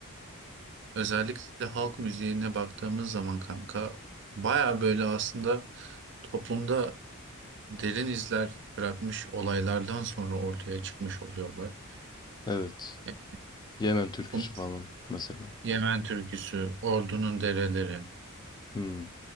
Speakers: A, on the right; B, on the left.
A: özellikle halk müziğine baktığımız zaman kanka baya böyle aslında toplumda derin izler bırakmış olaylardan sonra ortaya çıkmış oluyorlar.
B: Evet.
A: Yani
B: Yemen türküsü
A: bu
B: falan mesela.
A: Yemen türküsü, Ordu'nun dereleri,
B: Hmm.